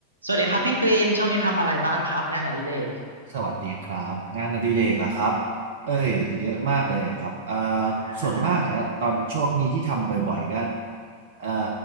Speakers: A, on the right (about 80°); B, on the right (about 55°).
A: สวัสดีครับพี่กรีนช่วงนี้ทำอะไรบ้างครับงานอดิเรก
B: สวัสดีครับงานอดิเรกเหรอครับเอ้ยเยอะมากเลยครับเอ่า
A: อ่าฮะ
B: ส่วนมากอะตอนช่วงนี้ที่ทำบ่อยๆก็เอ่อ